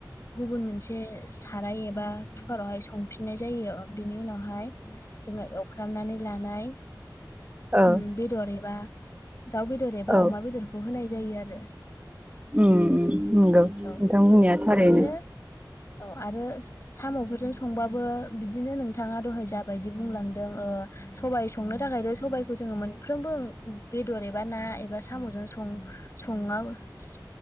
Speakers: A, on the left (about 40°); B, on the right (about 20°).
A: गुबुन मोनसे ओ साराय एबा कुकारावहाय संफिननाय जायो बिनि उनावहाय जोङो एवफ्रामनानै लानाय
B: औ औ
A: उम बेदर एबा दाउ बेदर एबा
B: औ
A: अमा बेदरखौ होनाय जायो आरो
B: उ नंगौ नोंथां
A: औ
B: बुंनाया थारैनो
A: बिदिनो औ आरो स साम'फोरजों संबाबो बिदि बिदिनो नोंथाङा दहाय जाबायदि बुंलांदों ओ सबाइ संनो थाखायथ सबाइखौ जोङो मोनफ्रोमबो बेदर एबा ना एबा साम'जों सं संआ स